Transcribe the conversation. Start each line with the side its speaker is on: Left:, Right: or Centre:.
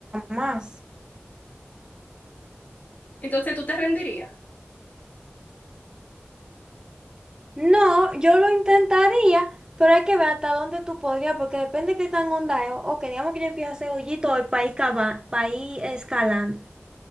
Right: más.
Left: Entonces tú te rendirías.
Right: No, yo lo intentaría, pero hay que ver hasta dónde tú podrías, porque depende de qué tan onda es. O que digamos que yo empiezo a hacer hoyitos para ir, cava- para ir escalando.